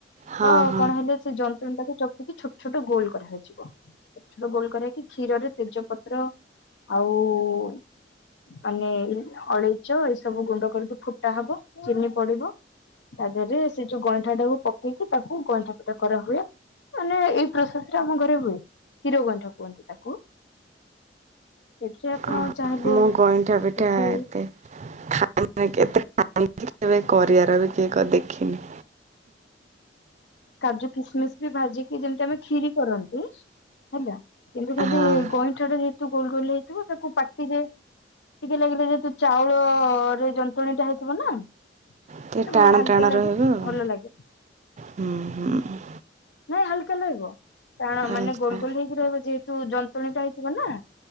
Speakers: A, on the right; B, on the left.
A: ହଁ
B: ତ
A: ହଁ
B: କଣ ହେଲେ ସେ ଯନ୍ତ୍ରଣା ଟାକୁ ଚକୁଡି ଛୋଟ ଛୋଟ ଗୋଲ କରାଇଯିବ ଛୋଟ ଛୋଟ ଗୋଲ କରକି କ୍ଷୀରରେ - ତେ ଜପତ୍ର ଆଉ - ମାନେ ଅଳେଇଚ ଏଇ ସବୁ ଗୁଣ୍ଡ କରିକୁ ଫୁଟା ହବ ଚିନି ପଡିବ। ତା ଦେହରେ ସେ ଯୋଉ ଗଇଁଠା ଟାକୁ ପକେଇକି ତାକୁ ଗଇଁଠା ପିଠା କରାହୁଏ। ମାନେ ଏଇ ପ୍ରୋସେସରେ ଆମ ଘରେ ହୁଏ କ୍ଷୀର ଗଇଁଠା କୁହନ୍ତି ତାକୁ। ସେଥିରେ ଆପଣ
A: ଅ
B: ଚାହିଁଲେ
A: ମୁଁ ଗଇଁଠା ପିଠା
B: କିଛି
A: ଏତେ - ଖାଆନ୍ତି କେବେ କରିଆର ବି କିଏ ଦେଖିନି।
B: କାଜୁ କିସମିସ ବି ଭାଜିକି ଯେମିତି ଆମେ ଖିରି କରନ୍ତି। ହେଲା କିନ୍ତୁ ଖାଲି
A: ହଁ
B: ଗଇଁଠାରେ ଯେହେତୁ ଗୋଲ ଗୋଲ ହେଇଥିବ ତାକୁ ପାଟିରେ ଟିକେ ଲାଗିଲେ ଯେ ତୁ ଚାଉଳରେ ଯନ୍ତୁଆଣୀ ଟା ହେଇଥିବ ନା।
A: ଟିକେ
B: <unintelligible>
A: ଟାଣ
B: ଆଲୁକା
A: ଟାଣ
B: ଲାଗେ
A: ରହିବ ଆଉ
B: ଭଲ ଲାଗେ।
A: ହୁଁ ହୁଁ।
B: ନାଇଁ ହାଲୁକା ଲାଗିବ କାରଣ
A: ହାଲକା
B: ମାନେ ଗୋଲ ଗୋଲ ହେଇକି ରହିବ ଯେହେତୁ ଯନ୍ତୁଆଣୀ ଟା। <unintelligible> ନା